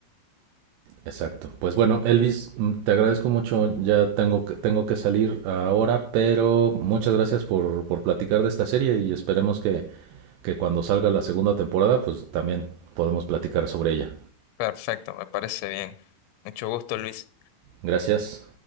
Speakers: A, on the right; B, on the left.
A: Exacto. Pues bueno, Elvis, mm, te agradezco mucho. Ya tengo que, tengo que salir ahora, pero muchas gracias por, por platicar de esta serie y esperemos que, que cuando salga la segunda temporada, pues también podemos platicar sobre ella.
B: Perfecto, me parece bien. Mucho gusto, Luis.
A: Gracias.